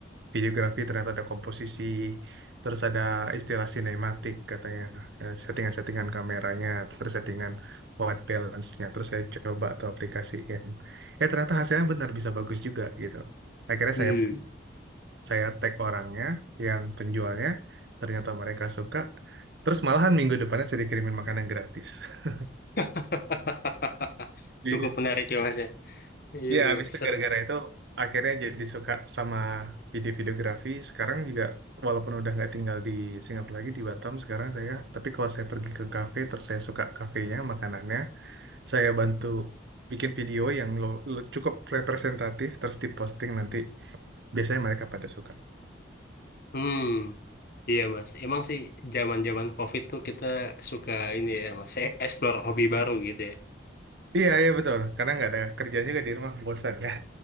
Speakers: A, on the right (about 60°); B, on the left (about 50°).
A: Videografi ternyata ada komposisi, terus ada istilah sinematik katanya, eh, settingan-settingan kameranya, terus settingan white balance-nya. Terus saya coba tuh aplikasiin. Eh ternyata hasilnya benar bisa bagus juga gitu akhirnya
B: hmm.
A: saya saya tag orangnya yang penjualnya ternyata mereka suka terus malahan minggu depannya saya dikirimin makanan gratis <laughs>
B: <laughs>
A: Iya.
B: Cukup menarik ya mas ya. Iya
A: Ya,
B: iya
A: habis itu
B: seru.
A: gara-gara itu akhirnya jadi suka sama video-videografi. Sekarang juga walaupun udah nggak tinggal di Singapura lagi di Batam sekarang saya, tapi kalau saya pergi ke kafe terus saya suka kafenya, makanannya, saya bantu bikin video yang lo, lo cukup representatif terus diposting nanti biasanya mereka pada suka.
B: Hmm, iya mas. Emang sih zaman-zaman COVID tuh kita suka ini ya mas, e- explore hobi baru gitu ya.
A: Iya, iya betul. Karena nggak ada kerja juga di rumah, bosan kan.